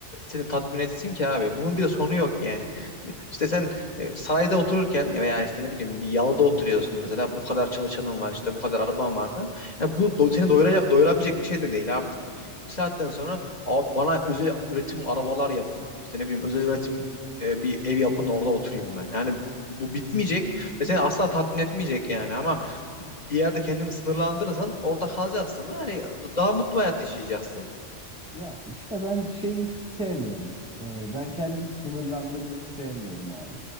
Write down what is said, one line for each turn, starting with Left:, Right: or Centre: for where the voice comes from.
Left: seni tatmin etsin ki abi? Bunun bir de sonu yok yani. E, İşte sen e, sarayda otururken veya işte ne bileyim bir yalıda oturuyorsun mesela bu kadar çalışanın var işte bu kadar araban var falan. Yani bu do- seni doyura- doyurabilecek bir şey de değil artık. Bir saatten sonra abi bana özel üretim arabalar yapın. İşte ne bileyim özel üretim e, bir ev yapın orada oturayım ben. Yani bu bitmeyecek ve seni asla tatmin etmeyecek yani ama bir yerde kendini sınırlandırırsan orada kalacaksın. Yani daha mutlu hayat yaşayacaksın.
Centre: Ya işte ben şeyi sevmiyorum. Ee, Ben kendimi sınırlandırmayı sevmiyorum abi.